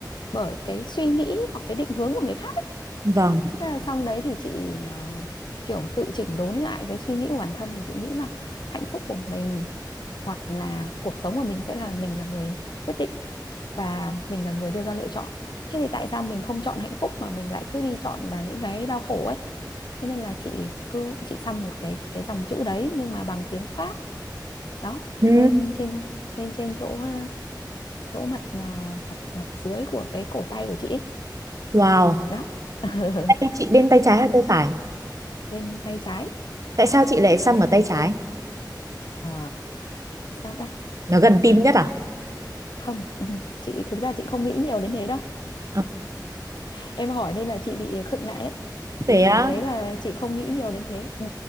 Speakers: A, on the left; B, on the right.
A: bởi cái suy nghĩ hoặc cái định hướng của người khác
B: Vâng.
A: Thế là xong đấy thì chị ờ, kiểu tự chỉnh đốn lại cái suy nghĩ của bản thân thì chị nghĩ là hạnh phúc của mình hoặc là cuộc sống của mình sẽ là mình là người quyết định và mình là người đưa ra lựa chọn. Thế thì tại sao mình không chọn hạnh phúc mà mình lại cứ đi chọn vào những cái đau khổ ấy? Thế nên là chị cứ chị xăm một cái cái dòng chữ đấy nhưng mà bằng tiếng Pháp đó
B: Ừ.
A: lên trên lên trên chỗ ờ, chỗ mặt ờ, mặt mặt dưới của cái cổ tay của chị ấy.
B: Wow,
A: Đó <laughs>
B: Thế chị bên tay trái hay tay phải?
A: bên tay trái
B: Tại sao chị lại xăm ở tay trái?
A: Ờ, sao ta
B: Nó gần tim nhất à?
A: không ừ, chị thực ra chị không nghĩ nhiều đến thế đâu
B: À,
A: em hỏi nên là chị bị khựng lại đấy
B: thế
A: vì
B: á.
A: thực tế là chị không nghĩ nhiều đến thế ừ